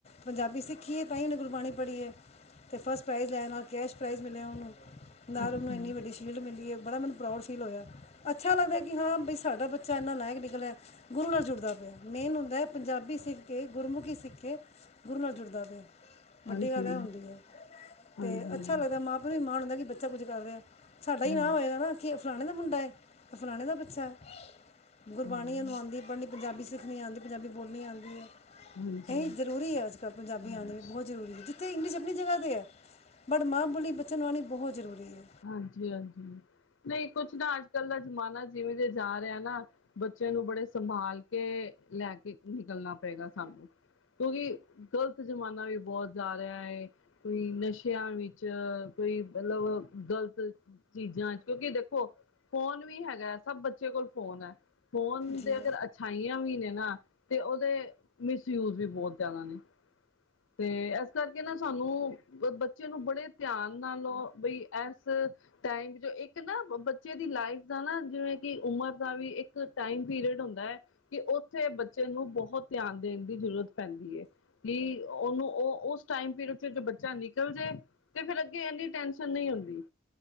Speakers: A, on the left; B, on the left.
A: ਪੰਜਾਬੀ ਸਿੱਖੀ ਏ ਤਾਂ ਹੀ ਉਹਨੇ ਗੁਰਬਾਣੀ ਪੜ੍ਹੀਏ ਅਤੇ ਫਸਟ ਪ੍ਰਾਈਜ਼ ਲੈਣ ਨਾਲ ਕੈਸ਼ ਪ੍ਰਾਈਜ਼ ਮਿਲਿਆ ਉਹਨੂੰ ਨਾਲ
B: ਅੱਛਾ,
A: ਉਹਨੂੰ ਇੰਨੀ ਵੱਡੀ ਸ਼ੀਲਡ ਮਿਲੀ ਹੈ ਬੜਾ ਮੈਨੂੰ ਪ੍ਰਾਊਡ ਫੀਲ ਹੋਇਆ ਅੱਛਾ ਲੱਗਦਾ ਕਿ ਹਾਂ ਬਈ ਸਾਡਾ ਬੱਚਾ ਇੰਨਾ ਲਾਇਕ ਨਿਕਲਿਆ ਗੁਰੂ ਨਾਲ ਜੁੜਦਾ ਪਿਆ ਮੇਨ ਹੁੰਦਾ ਪੰਜਾਬੀ ਸਿੱਖ ਕੇ ਗੁਰਮੁਖੀ ਸਿੱਖ ਕੇ ਗੁਰੂ ਨਾਲ ਜੁੜਦਾ ਪਿਆ ਵੱਡੀ
B: ਹਾਂਜੀ,
A: ਗੱਲ ਹੈ ਹੂੰ ਦੀ
B: ਹਾਂਜੀ,
A: ਤੇ ਅੱਛਾ ਲੱਗਦਾ ਮਾਂ ਪਿਓ ਨੂੰ ਇਹ ਮਾਣ ਬੱਚਾ ਕੁਝ ਕਰ ਰਿਹਾ ਸਾਡਾ ਹੀ
B: ਹਾਂ,
A: ਨਾਂ ਹੋਏਗਾ ਨਾ ਕਿ ਫਲਾਣੇ ਦਾ ਮੁੰਡਾ ਮੁੰਡਾ ਇਹ ਫਲਾਣੇ ਦਾ ਬੱਚਾ ਹੈ ਗੁਰਬਾਣੀ
B: ਹਾਂ,
A: ਇਹਨੂੰ ਆਂਦੀ ਪੜਨੀ ਪੰਜਾਬੀ ਸਿੱਖ ਨਹੀਂ ਆਂਦੀ ਪੰਜਾਬੀ ਬੋਲਣੀ ਆਂਦੀ ਐ
B: ਹਾਂਜੀ,
A: ਇਹ ਜ਼ਰੂਰੀ ਹੈ ਅੱਜ ਕੱਲ੍ਹ ਪੰਜਾਬੀ
B: ਹਾਂ।
A: ਆਣੀ ਬਹੁਤ ਜ਼ਰੂਰੀ ਹੈ ਜਿੱਥੇ ਇੰਗਲਿਸ਼ ਬਟ ਮਾਂ ਬੋਲੀ ਬੱਚਿਆਂ ਨੂੰ ਆਣੀ ਬਹੁਤ ਜ਼ਰੂਰੀ ਹੈ
B: ਹਾਂਜੀ ਹਾਂਜੀ ਨਹੀਂ ਕੁਛ ਨਾ ਅੱਜ ਕੱਲ ਦਾ ਜ਼ਮਾਨਾ ਜਿਵੇਂ ਜੇ ਜਾ ਰਿਹਾ ਨਾ ਬੱਚੇ ਨੂੰ ਬੜੇ ਸੰਭਾਲ ਕੇ ਲੈ ਕੇ ਨਿਕਲਣਾ ਪਏਗਾ ਸਾਨੂੰ, ਕਿਉਂਕਿ ਗ਼ਲਤ ਜ਼ਮਾਨਾ ਵੀ, ਬਹੁਤ ਜਾ ਰਿਹਾ ਹੈ ਕੋਈ ਨਸ਼ਿਆਂ ਵਿੱਚ ਕੋਈ ਮਤਲਬ, ਗ਼ਲਤ ਚੀਜ਼ਾਂ ਚ ਕਿਉਂਕਿ ਦੇਖੋ ਫੋਨ ਵੀ ਹੈਗਾ ਹੈ ਸਭ ਬੱਚੇ ਕੋਲ ਫੋਨ ਹੈ। ਫੋਨ
A: ਜੀ
B: ਦੇ ਅਗਰ ਅੱਛਾਈਆਂ ਵੀ ਨੇ ਨਾ ਤੇ ਉਹਦੇ ਮਿਸਯੂਜ ਵੀ ਬਹੁਤ ਜ਼ਿਆਦਾ ਨੇ, ਤੇ ਇਸ ਕਰਕੇ ਨਾ ਸਾਨੂੰ ਬੱਚੇ ਨੂੰ ਬੜੇ ਧਿਆਨ ਨਾਲ ਬਈ ਇਸ ਟਾਈਮ ਇੱਕ ਨਾ ਬੱਚੇ ਦੀ ਲਾਈਫ ਦਾ ਨਾ ਜਿਵੇਂ ਕਿ ਉਮਰ ਦਾ ਵੀ ਇੱਕ ਟਾਈਮ ਪੀਰੀਅਡ ਹੁੰਦਾ ਹੈ ਕਿ ਉੱਥੇ ਬੱਚੇ ਨੂੰ ਬਹੁਤ ਧਿਆਨ ਦੇਣ ਦੀ ਜ਼ਰੂਰਤ ਪੈਂਦੀ ਹੈ ਕਿ, ਉਹਨੂੰ ਉਹ ਉਸ ਟਾਈਮ ਪੀਰੀਅਡ ਚ ਜੋ ਬੱਚਾ ਨਿਕਲ ਜੇ ਤੇ ਫਿਰ ਅੱਗੇ ਇਨੀ ਟੈਸ਼ਨ ਨਹੀਂ ਹੁੰਦੀ।